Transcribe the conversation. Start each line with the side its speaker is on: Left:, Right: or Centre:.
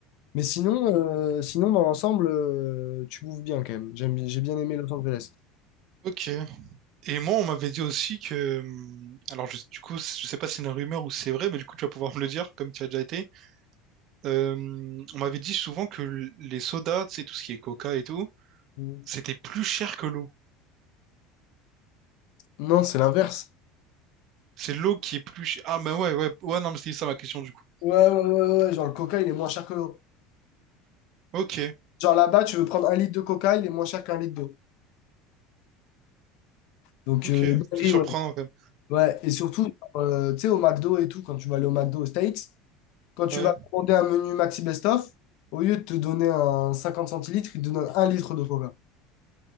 Left: Mais sinon, euh, sinon dans l'ensemble, euh, tu bouffes bien quand même. J'aime, j'ai bien aimé Los Angeles.
Right: ok. Et moi, on m'avait dit aussi que, hum, alors je- du coup, je sais pas si c'est une rumeur ou si c'est vrai, mais du coup, tu vas pouvoir me le dire, comme tu as déjà été. Euh, on m'avait dit souvent que l- les sodas, tu sais, tout ce qui est coca et tout,
Left: Mm.
Right: c'était plus cher que l'eau.
Left: Non, c'est l'inverse.
Right: C'est l'eau qui est plus chère. Ah, ben ouais, ouais, ouais, non, mais c'était ça ma question du coup.
Left: Ouais, ouais, ouais, ouais, ouais, genre le coca, il est moins cher que l'eau.
Right: Ok,
Left: Genre là-bas, tu veux prendre un litre de coca, il est moins cher qu'un litre d'eau. Donc,
Right: ok,
Left: euh, Dinguerie,
Right: c'est surprenant
Left: ouais.
Right: quand même.
Left: Ouais, et surtout, euh, tu sais, au McDo et tout, quand tu vas aller au McDo aux States, quand tu
Right: Ouais.
Left: vas commander un menu Maxi Best Of, au lieu de te donner un 50 centilitres, ils te donnent un litre de coca.